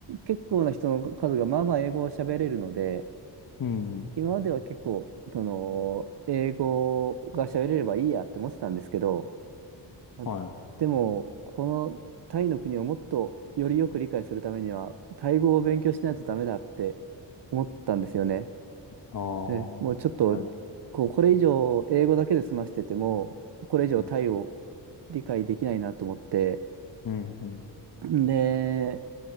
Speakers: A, on the right; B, on the left.
A: 結構な人の数がまあまあ英語を喋れるので、
B: うん。
A: 今までは結構、その、英語が喋れればいいやって思ってたんですけど、まあ
B: はい。
A: でも、このタイの国をもっとよりよく理解するためには、タイ語を勉強しないとダメだって思ったんですよね。
B: ああ、
A: で、もうちょっと、
B: 確かに。
A: こう、これ以上英語だけで済ましてても、これ以上タイを
B: うん、
A: 理解できないなと思って、
B: うん、うん。
A: で、